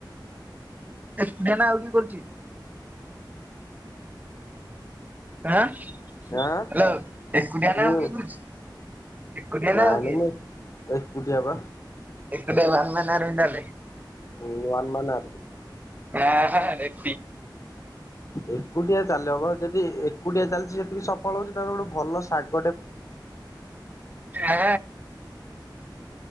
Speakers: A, on the right; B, on the left.
A: ଏକୁଟିଆ ନା ଆଉ କିଏ କରୁଛି? ହଁ ହ୍ୟାଲୋ
B: ଆଁ
A: ଏ କଟଆ ନାମ
B: ହୁଁ।
A: କଧୁଛି ଏକୁଟିଆ
B: ନାଇଁ
A: ନା ଆଉ କିଏ
B: ନାଇଁ ମୁଁ ଏକୁଟିଆ ବା
A: ଏଡାନ ମାନରେଣ୍ଡ
B: ହଁ ନ୍ ମନ୍ଦା
A: ହଁ ହ
B: ଏକୁଟିଆ ଚାଲି ହବ ଯଦି କୁଟିଆ ଚାଲିଛି ସେତିକି ସଫଳ ହଉଛି ଗୋଟେ ଭଲ ଶାଗ
A: ଆ